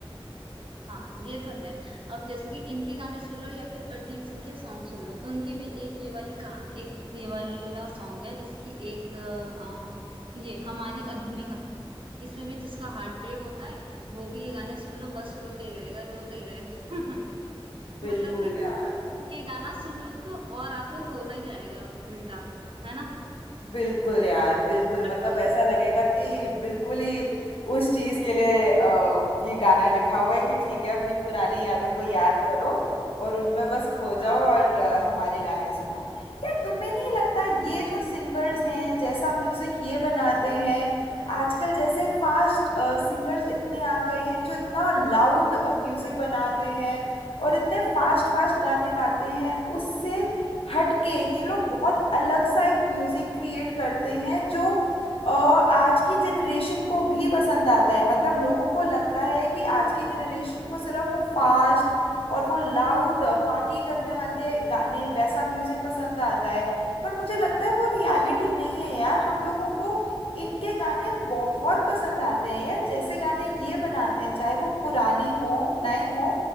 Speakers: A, on the right; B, on the left.
A: हाँ ये तो है अब जैसे कि इनके गाने सुन लो या फिर अरिजीत सिंह के सॉन्ग सुन लो उनके भी एक ये वाली का एक ये वाला सॉन्ग है जैसे कि एक अ, ये हमारी अधूरी कहानी इसमें भी जिसका हार्ट ब्रेक होता है वो भी ये गाने सुन लो बस रोते ही रहेगा रोते ही रहेगा <laughs>
B: बिल्कुल
A: मतलब कि
B: यार
A: ये गाना सुन लो तो और आपको रोना ही आएगा उल्टा है ना
B: बिल्कुल यार बिल्कुल
A: बट
B: मतलब ऐसा लगेगा कि बिल्कुल ही उस चीज के लिए अ, ये गाना लिखा हुआ है कि ठीक है अपनी पुरानी यादों को याद करो और उनमें बस खो
A: हाँ
B: जाओ और अ, हमारे गाने सुनो यार तुम्हें नहीं लगता
A: हाँ
B: ये जो सिंगर्स हैं जैसा म्यूजिक ये बनाते हैं आजकल जैसे फास्ट सिंगर्स इतने आ गए हैं जो इतना लाउड म्यूजिक बनाते हैं और इतने फास्ट फास्ट गाने गाते हैं उससे हट के ये लोग बहुत अलग सा एक म्यूजिक क्रिएट करते हैं जो अ, आज की जनरेशन को भी पसंद आता है मतलब लोगों को लगता है कि आज की जनरेशन को सिर्फ वो फास्ट और वो लाउड पार्टी करने वाले गाने वैसा म्यूजिक पसंद आता है पर मुझे लगता है वो रियलिटी नहीं है यार हम लोगों को इनके गाने बहुत पसंद आते हैं यार जैसे गाने ये बनाते हैं चाहे वो पुराने हों नए हों